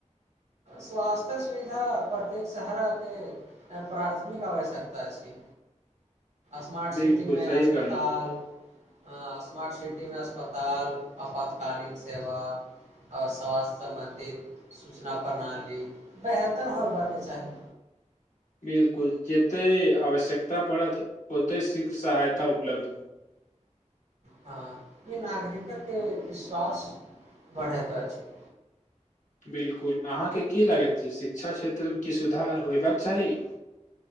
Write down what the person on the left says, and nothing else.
<inaudible>
बिल्कुल
सही
कहलहुँ
बिलकुल जेतै आवश्यकता पड़त ओतय शीघ्र सहायता उपलब्ध हो
बिल्कुल अहाँके की लागैत छै शिक्षा क्षेत्र मे की सुधार होयबाक चाही <inaudible>